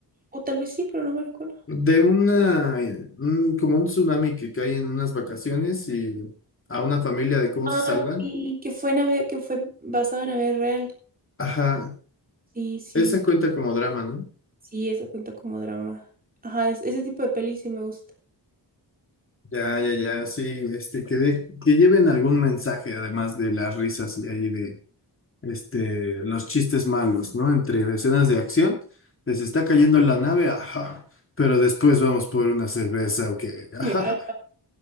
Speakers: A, on the right; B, on the left.
A: O tal vez sí, pero no me recuerdo.
B: De una, eh, un- como un tsunami que cae en unas vacaciones y a una familia de cómo
A: Ah,
B: se salvan.
A: sí, que fue, en la vida- que fue basado en la vida real.
B: Ajá,
A: Sí, sí,
B: esa cuenta como drama, ¿no?
A: sí, eso cuenta como drama. Ajá, es- ese tipo de peli sí me gusta.
B: Ya, ya, ya, sí, este, que, de- que lleven algún mensaje además de las risas y ahí este, los chistes malos, ¿no? Entre escenas de acción, les está cayendo la nave, ajá, pero después vamos por una cerveza, ok, ajá,
A: <laughs> Ajá.